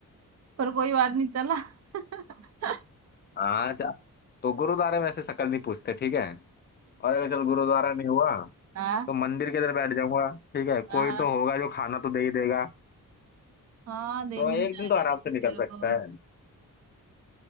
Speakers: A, on the right (about 50°); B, on the left (about 30°).
A: पर कोई बात नहीं चला <laughs>
B: हाँ तो गुरुद्वारे में ऐसे शक्ल नहीं पूछते ठीक है और अगर चल गुरुद्वारा नहीं हुआ
A: हाँ
B: तो मंदिर के अंदर बैठ जाऊंगा ठीक है कोई
A: हाँ
B: तो होगा जो खाना तो दे ही देगा
A: हाँ देर
B: तो
A: मिल
B: एक
A: जाएगा
B: दिन तो आराम
A: वैसे
B: से निकल
A: तेरे को
B: सकता है